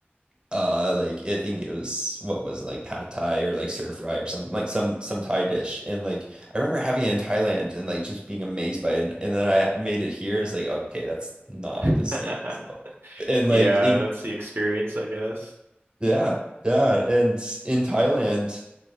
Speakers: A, on the right (about 25°); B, on the right (about 65°).
A: uh like I think it was what was it, like pad thai or like stir fry or something like some some Thai dish and like I remember having it in Thailand and like just being amazed by it and, and then I made it here it's like okay that's not
B: <laughs>
A: the same so and
B: Yeah,
A: like in
B: that's the experience, I guess.
A: yeah yeah and in Thailand